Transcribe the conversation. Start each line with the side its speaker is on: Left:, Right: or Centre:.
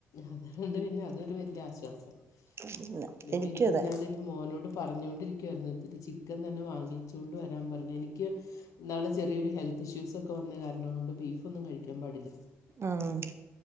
Left: അതോണ്ട് പിന്നെ അതൊ. രു വല്ല്യ ആശ്വാസം
Right: അതന്നെ
Left: ഇനിപ്പഇന്ന്പ്പോ
Right: എനിക്കും അതെ
Left: ഞാന് പ്പോ മോനോട് പറഞ്ഞോണ്ടിരിക്കുവായിര്ന്ന് ഇത്തിരി ചിക്കൻ തന്നെ വാങ്ങിച്ചാേണ്ട് വരാൻ പറഞ്ഞു എനിക്ക് ഇന്നാള് ചെറിയൊരു ഹെൽത്ത് ഇഷ്യൂസ് ഒക്കെ വന്ന കാരണം കൊണ്ട് ബീഫൊന്നും കഴിക്കാംപാടില്ല
Right: ആഹ്